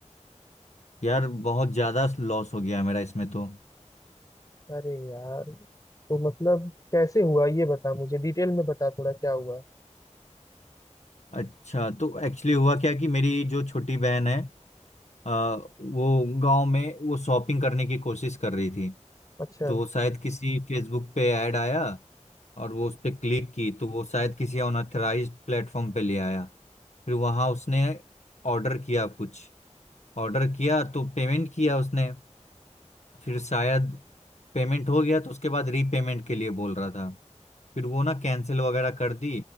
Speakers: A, on the left (about 65°); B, on the left (about 30°).
A: यार बहुत ज्यादा लॉस हो गया है मेरा इसमें तो
B: अरे यार तो मतलब कैसे हुआ ये बता मुझे डिटेल में बता थोड़ा क्या हुआ
A: अच्छा तो एक्चुअली हुआ क्या कि मेरी जो छोटी बहन है आ, वो गांव में वो शॉपिंग करने की कोशिश कर रही थी
B: अच्छा
A: तो शायद किसी फेसबुक पे ऐड आया और वो उस पर क्लिक की तो वो शायद किसी अनऑथराइज्ड प्लेटफॉर्म पे ले आया फिर वहां उसने ऑर्डर किया कुछ ऑर्डर किया तो पेमेंट किया उसने फिर शायद पेमेंट हो गया तो उसके बाद रीपेमेंट के लिए बोल रहा था फिर वो ना कैंसिल वगैरह कर दी